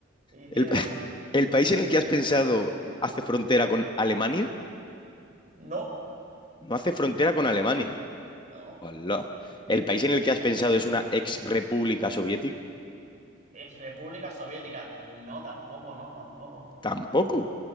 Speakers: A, on the right (about 40°); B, on the left (about 25°).
A: Y tiene
B: El, <laughs>
A: más.
B: el país en el que has pensado hace frontera con Alemania.
A: No,
B: No hace frontera con Alemania.
A: no.
B: Hola. El país en el que has pensado es una ex república soviética.
A: Ex República Soviética. No, tampoco, no, tampoco.
B: Tampoco.